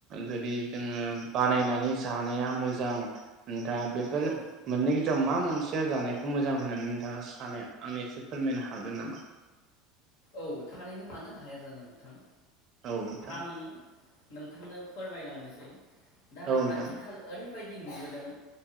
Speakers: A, on the right; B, on the left.
A: जुदि जोङो बानायनानै जानाया मोजां दा बेफोर
B: औ
A: मोननै गेजेराव मा मोनसेया जानायखौ मोजां होननानै नोंथाङा सानो आंनो एसे फोरमायनो हागोन नामा?
B: औ थारैनो मानो हाया जानो नोंथां
A: औ नोंथां
B: आं नोंथांनो फोरमायलांनोसै दा
A: औ नोंथां
B: <unintelligible> <unintelligible> नुबोदों।